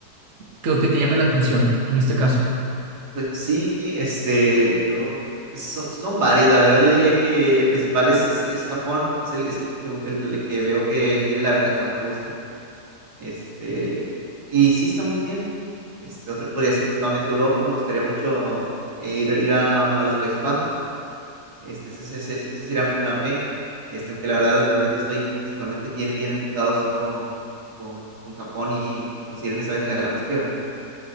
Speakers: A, on the right (about 50°); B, on the right (about 75°).
A: que, que te llame la atención en este caso?
B: pues sí, este, yo, pues, son, son varios, la verdad yo diría que el principal es, es, es Japón, es el, es el que me gu- el que el que veo que tiene la beca que más me gusta Este, y sí está muy bien. Este, otro podría ser pues solamente Europa. Me gustaría mucho eh, ir, ir a, a los Países Bajos. Este, ese, ese- ese- ese sería mi plan B. Este, aunque la verdad ahorita estoy principalmente bien, bien enfocado sí con, con, con Japón y, y conseguir esa beca de la maestría, ¿verdad?